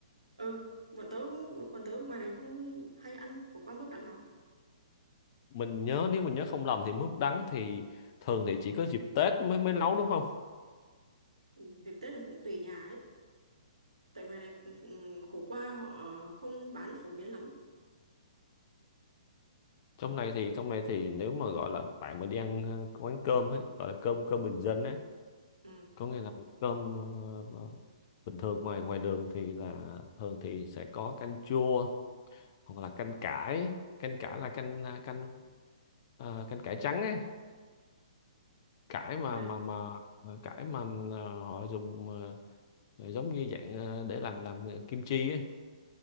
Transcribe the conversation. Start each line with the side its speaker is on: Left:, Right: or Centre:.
Right: Ừ, bọn tớ bọn, bọn tớ ngoài này không hay ăn khổ qua mướp đắng lắm.
Left: mình nhớ nếu mình nhớ không lầm thì mướp đắng thì thường thì chỉ có dịp Tết mới mới nấu đúng không
Right: Ừ, Dịp Tết là cũng tùy nhà ấy. Tại ngoài này cũng, cũng- khổ qua họ không bán phổ biến lắm.
Left: trong này thì trong này thì nếu mà gọi là bạn mà đi ăn ờ, quán cơm ấy gọi là cơm cơm bình dân ấy
Right: Ừ.
Left: có nghĩa là cơm ờ, ờ, bình thường ngoài ngoài đường thì là thường thì sẽ có canh chua hoặc là canh cải canh cải là canh à, canh ờ, canh cải trắng ấy cải mà
Right: Là,
Left: mà mà ờ, cải mà ờ, họ dùng ờ, ờ, giống như dạng ờ, để làm làm kim chi ấy.